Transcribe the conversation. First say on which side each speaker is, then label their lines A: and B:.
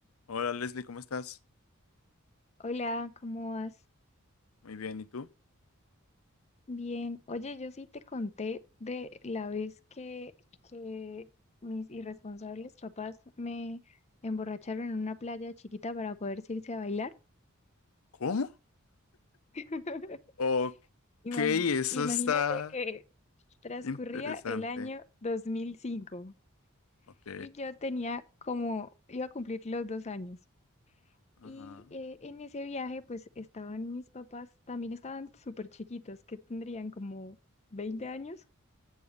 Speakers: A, on the left; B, on the left.
A: Hola Leslie, ¿cómo estás?
B: Hola, ¿cómo vas?
A: Muy bien, ¿y tú?
B: Bien. Oye, yo sí te conté de la vez que, que mis irresponsables papás me emborracharon en una playa chiquita para poder irse a bailar.
A: ¿Cómo?
B: <laughs>
A: Ok,
B: Imag-
A: eso
B: imagínate
A: está
B: que transcurría
A: interesante.
B: el año 2005
A: Ok,
B: y yo tenía como, iba a cumplir los dos años.
A: ajá.
B: Y eh, en ese viaje pues estaban mis papás, también estaban súper chiquitos, que tendrían como veinte años